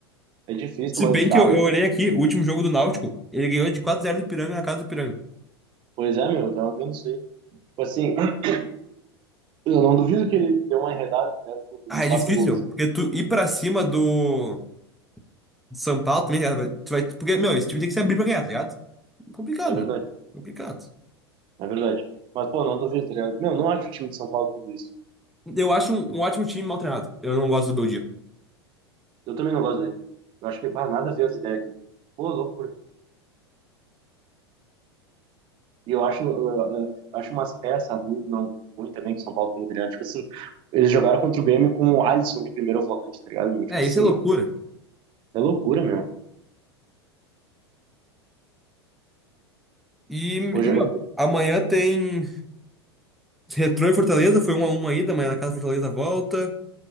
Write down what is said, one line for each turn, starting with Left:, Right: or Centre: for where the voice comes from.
Right: é difícil,
Centre: Se
Right: mas
Centre: bem
Right: dá,
Centre: que eu,
Right: meu.
Centre: eu olhei aqui, o último jogo do Náutico, ele ganhou de quatro x 0 do Ipiranga na casa do Ipiranga.
Right: Pois é, meu, eu tava vendo isso aí. Tipo assim, <clears throat> eu não duvido que ele dê uma enredada, né? Pô, que
Centre: Ah,
Right: eles
Centre: é
Right: façam
Centre: difícil,
Right: um golzinho.
Centre: meu, porque tu ir pra cima do do São Paulo também, tá ligado? tu vai, porque, meu, esse time tem que se abrir pra ganhar, tá ligado? Complicado,
Right: É verdade.
Centre: meu. Complicado.
Right: É verdade. Mas, pô, não duvido, tá ligado? Meu, não acho o time de São Paulo tudo isso.
Centre: Eu acho um, um ótimo time mal treinado. Eu não gosto do Bom
Right: Eu também não gosto dele. Eu acho que, bah, nada a ver as ideias aqui. Pô, loucura. E eu acho, eu, eu acho umas peças ruins, não, ruim também que o São Paulo tem, tá ligado? Tipo assim, eles jogaram contra o Grêmio com o Alisson de primeiro volante, tá ligado, meu? Tipo
Centre: É,
Right: assim,
Centre: isso é loucura.
Right: é loucura, meu.
Centre: E, meu,
Right: Hoje, hoje...
Centre: amanhã tem Retrô e Fortaleza, foi um a um ainda, amanhã na casa do Fortaleza volta.